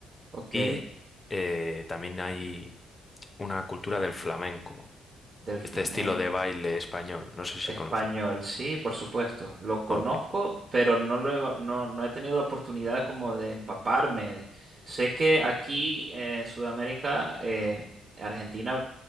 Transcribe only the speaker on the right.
ok,
del
flamenco.
Español,
sí, por supuesto. Lo conozco,
pero no lo he, no, no he tenido la oportunidad como de empaparme. Sé que aquí eh, en Sudamérica, eh, Argentina